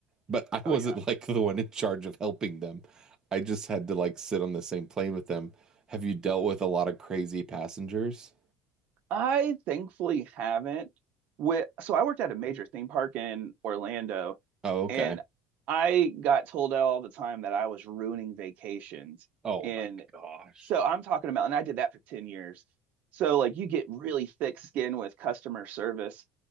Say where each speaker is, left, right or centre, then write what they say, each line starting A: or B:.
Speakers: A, on the right (about 20°); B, on the right (about 50°).
A: But I wasn't
B: Oh yeah.
A: like the one in charge of helping them. I just had to like sit on the same plane with them. Have you dealt with a lot of crazy passengers?
B: I thankfully haven't. With, so I worked at a major theme park in Orlando
A: Oh, okay.
B: And I got told all the time that I was ruining vacations.
A: Oh
B: And
A: my gosh.
B: so I'm talking about, and I did that for 10 years. So, like, you get really thick skin with customer service.